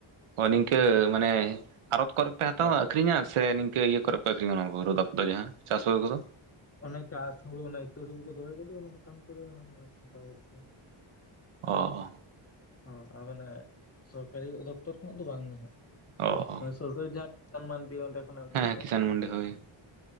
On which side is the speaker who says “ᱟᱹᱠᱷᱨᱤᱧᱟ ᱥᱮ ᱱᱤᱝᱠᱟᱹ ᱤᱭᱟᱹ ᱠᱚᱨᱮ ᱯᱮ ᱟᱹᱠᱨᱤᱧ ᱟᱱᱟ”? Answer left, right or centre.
Right